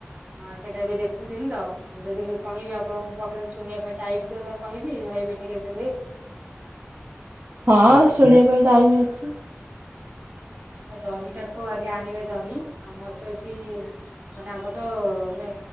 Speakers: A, on the right; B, on the right.
A: ହଁ ସେଇଟା ଏବେ ଦେଖୁଥିଲି ତ ଯଦି କହିବେ ଆପଣଙ୍କ ପାଖରେ ଶୁଣିବା ପାଇଁ ଟାଇମିଥିବକୁ କହିବି ରହିବିନି କେମତି ହୁଏ
B: ହଁ ଶୁଣିବା ପାଇଁ ଟାଇମ ଅଛି
A: ହ ତ ଦହିଟାକୁ ଆଗେ ଆଣିବେ ଦହି ଆମର ତ ଏଇଠି ମାନେ ଆମର ତ ମାନେ